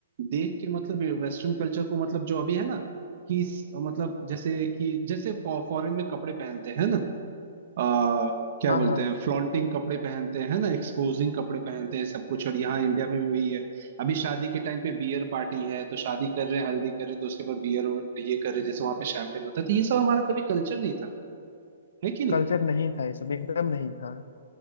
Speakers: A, on the right; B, on the left.
A: देख के मतलब वेस्टर्न कल्चर को मतलब जो अभी है ना कि इस- मतलब जैसे कि जैसे फॉरेन में कपड़े पहनते हैं ना आ, क्या
B: हाँ
A: बोलते
B: हाँ
A: हैं फ्लॉन्टिंग कपड़े पहनते हैं है ना एक्सपोजिंग कपड़े पहनते हैं सब कुछ और यहाँ इंडिया में भी वही है अभी शादी के टाइम पे बियर पार्टी है तो शादी कर रहे हैं हल्दी कर रहे हैं तो उसके ऊपर बियर और ये कर रहे हैं जैसे वहां पे शैंपेन होता है तो ये सब हमारा कभी कल्चर नहीं था है कि नहीं
B: कल्चर नहीं था ये सब एकदम नहीं था